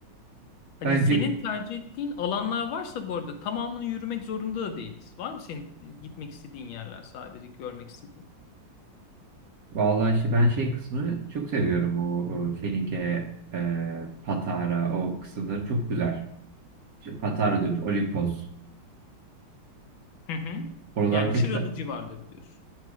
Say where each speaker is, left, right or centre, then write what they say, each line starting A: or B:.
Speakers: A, on the left; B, on the right.
A: Hani
B: Bence
A: senin tercih ettiğin alanlar varsa bu arada tamamını yürümek zorunda da değiliz. Var mı senin gitmek istediğin yerler sadece görmek istediğin?
B: vallahi işte ben şey kısmını çok seviyorum. O, o Fenike, e, Patara o kısımları çok güzel. İşte Patara diyormuş, Olimpos.
A: Hı hı.
B: Oralar
A: Yani
B: tekrar
A: Çıralı civarları diyorsun.